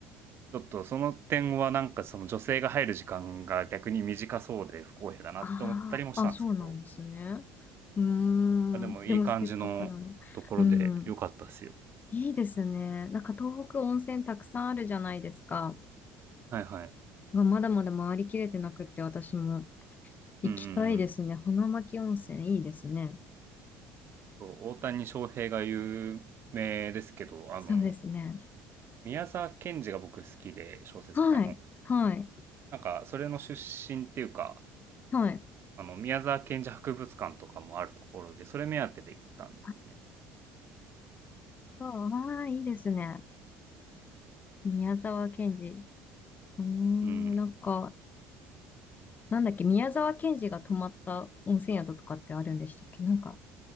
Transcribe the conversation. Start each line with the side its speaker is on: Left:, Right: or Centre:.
Right: ちょっとその点はなんかその女性が入る時間が逆に短そうで不公平だなって思ったりもしたんですけど、
Left: ああ、あ、そうなんですね。うーん。
Right: あ、でもいい感じのところで良かったっすよ。
Left: でもせっかくなの。うん。いいですね。なんか東北温泉たくさんあるじゃないですか。
Right: はいはい。
Left: がまだまだ回りきれてなくって私も行きたいですね。
Right: うんうんうん。
Left: 花巻温泉いいですね。
Right: そう、大谷翔平が有名ですけど、あの、
Left: そうですね。
Right: 宮沢賢治が僕好きで、小説家の。
Left: はい。はい。
Right: なんか、それの出身っていうか、
Left: はい。
Right: あの、宮沢賢治博物館とかもあるところで、それ目当てで行ったんですよね。
Left: あ、そう。ああ、いいですね。宮沢賢治。うーん。
Right: うん。
Left: なんか、なんだっけ、宮沢賢治が泊まった温泉宿とかってあるんでしたっけなんか、